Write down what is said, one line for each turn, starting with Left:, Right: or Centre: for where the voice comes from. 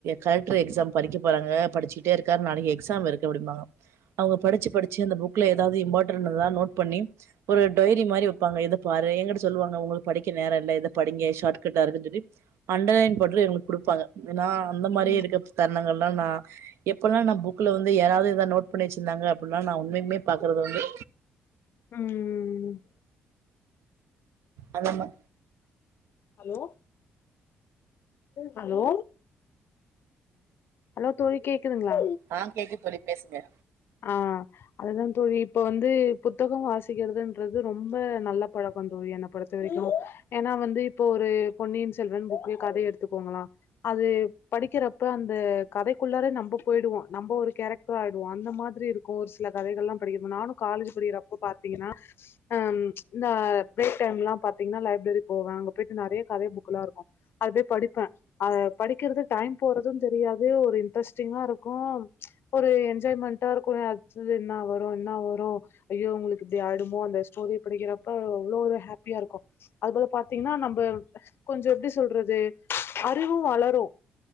Right: கலெக்டர் எக்ஸாம் படிக்க போறாங்க படிச்சுட்டே இருக்காரு நாளைக்கு எக்ஸாம் இருக்கு அப்டிம்பாங்க அவுங்க படிச்சு படிச்சு அந்த புக்ல எதாவது இம்பாடன்டானத நோட் பண்ணி ஒரு டைரி மாரி வெப்பாங்க இத பாரு எங்கிட்ட சொல்வாங்க உங்களுக்கு படிக்க நேர இல்ல இத படிங்க ஷாட்கட்டா இருக்குன் சொல்லி அண்டர்லைன் போட்டுலா எங்களுக் குடுப்பாங்க நா அந்த மாரி
Left: ம்
Right: இருக்க தருணங்கல்லா நா எப்பல்லா நா புக்ல வந்து யாராவது எதா நோட் பண்ணி வெச்சிருந்தாங்க அப்டின்னா நா உண்மைக்குமே பாக்கறது வந்து
Left: ம்
Right: அதாம
Left: ஹலோ ஹலோ ஹலோ தோழி கேக்குதுங்ளா
Right: ஆ கேக்கு தோழி பேசுங்க
Left: ஆ அதுதா தோழி இப்ப வந்து புத்தக வாசிக்கிறதுன்றது ரொம்ப நல்ல பழக்க தோழி என்னப் பொறு த்தவரைக்கு ஏனா வந்து இப்போ ஒரு பொன்னியின் செல்வன் புக்கே கத எடுத்துக்கோங்களா அது படிக்கிறப்ப அந்த கதைக்குள்ளார நம்ப போய்டுவோ நம்ப ஒரு கேரக்டரா ஆய்டுவோ அந்த மா திரி இருக்கு ஒரு சில கதைகள்லா படிக்கிறப்போ நானு காலேஜ் படிக்கிறப்ப பாத்திங்கனா அ இந்த பிரேக் டைம்லா பாத்திங்னா லைப்ரரி போவே அங்க போய்ட்டு நெறைய கதை புக்குலா இருக்கு அது படிப்ப அத படிக்கறது டைம் போறது தெரியாது ஒரு இன்ட்ரெஸ்டிங்கா இருக்கு ஒரு என்ஜாய்மெண்ட்டா இருக்கு அட்த்தது என்னா வரு என்னா வரு ஐயோ இவுங்ளுக்கு இப்டி ஆய்டுமோ அந்த ஸ்டோரி படிக்கிறப்ப அவ்ளோ ஒரு ஹேப்பியா இருக்கு அது போல பாத்திங்கனா நம்ம கொஞ்சோ எப்டி சொல்றது அறிவு வளரு